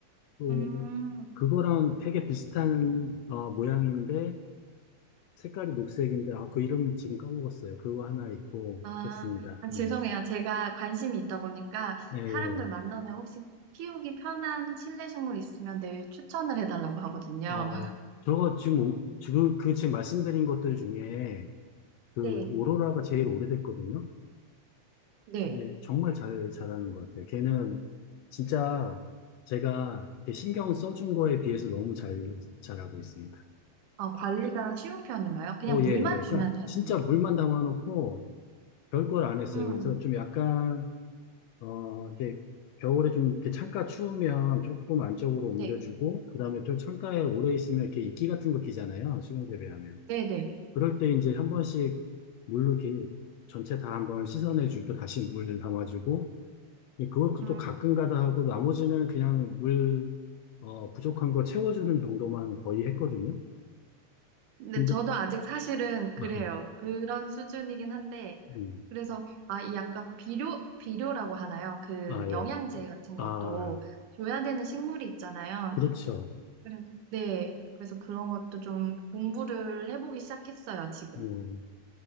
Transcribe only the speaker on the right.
음.
아,
아, 죄송해요.
제가 관심이 있다 보니까
사람들 만나면 혹시 키우기 편한 실내 식물 있으면 늘 추천을 해달라고 하거든요.
네,
네.
어, 관리가 쉬운 편인가요? 그냥
물만
주면
되는.
음,
네,
네, 네.
음,
근데
저도 아직 사실은 그래요.
그런 수준이긴 한데,
그래서, 아, 이 약간 비료, 비료라고 하나요? 그
영양제 같은 것도
줘야 되는 식물이 있잖아요.
그래서, 네. 그래서 그런 것도 좀 공부를 해보기 시작했어요, 지금.